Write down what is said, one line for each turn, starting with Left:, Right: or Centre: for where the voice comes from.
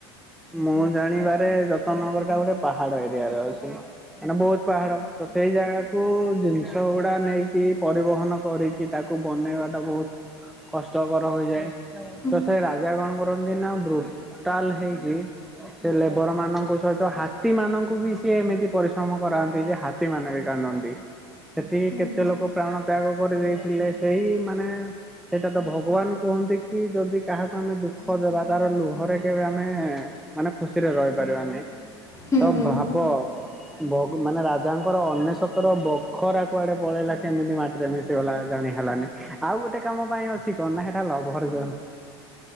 Centre: ମୁଁ ଜାଣିବାରେ ଯତନ ନଗର ଟା ଗୋଟେ ପାହାଡ ଏରିଆରେ ଅଛି। ମାନେ ବହୁତ ପାହାଡ। ତ ସେଇ ଜାଗାକୁ ଜିନିଷ ଗୁଡା ନେଇକି ପରିବହନ କରିକି ତାକୁ ବନେଇବାଟା ବହୁତ କଷ୍ଟକର ହୋଇଯାଏ।
Left: ହୁଁ
Centre: ତ ସେ ରାଜା କଣ କରନ୍ତି ନା <unintelligible> ହେଇକି ସେ ଲେବର ମାନଙ୍କ ସହିତ ହା ହାତୀ ମାନଙ୍କୁ ବି ସିଏ ଏମିତି ପରିଶ୍ରମ କରାନ୍ତି ଯେ ହାତୀ ମାନେ ବି କାନ୍ଦନ୍ତି। ସେଠି
Left: ହୁଁ
Centre: କେତେ ଲୋକ ପ୍ରାଣ ତ୍ୟାଗ କରିଦେଇଥିଲେ, ସେହି ମାନେ ସେଇଟା ତ ଭଗବାନ କୁହନ୍ତି କି ଯଦି କାହାକୁ ଆମେ ଦୁଃଖ ଦେବା ତାର ଲୁହରେ କେବେ ଆମେ ମାନେ ଖୁସିରେ ରହିପାରିବାନି।
Left: ହୁଁ
Centre: ତ
Left: ହୁଁ
Centre: ଭାବ ଭଗ ମାନେ ଯାହାଙ୍କର ଅନେଶତର ବଖରା କୁଆଡ଼େ ପଳେଇଲା କେମିତି ମାଟିରେ ମିଶିଗଲା ଜାଣି ହେଲାନି। ଆଉ ଗୋଟେ କାମ ପାଇଁ ଅଛି କଣ ନା ସେଟା ଲଭର ଜୋନ୍।